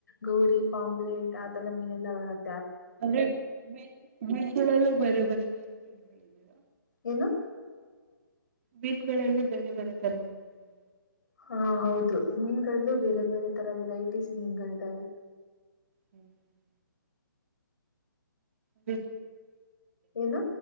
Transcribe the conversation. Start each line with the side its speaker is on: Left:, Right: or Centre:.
Left: ಗೌರಿ ಪಾಂಪ್ಲೆೇಟ್ ಆ ತರ ಮೀನೆಲ್ಲ ಬರತ್ತೆ
Right: ಅಂದ್ರೆ ಬೀಸಳಲ್ಲ ಬರ ಬರ ಸಲ್ ಬೆಳ ಬ
Left: ಹನು
Right: ಬೀತ್ಗಳಲ್ಲಿ ಬೇರೆ ಬೇರೆ ತರಿದೆಯಾ
Left: ಹಾ ಹೌದು ಮೀನು ಲ್ಲೂ ಬೇರೆ ಬೇರೆ ತರ ವೆರೈಟೀಸ್ ಮೀನ್ಗಳಿದಾವೆ
Right: ಹ್ಮ್ ಹ್ಮ್ ಅ
Left: ಏನು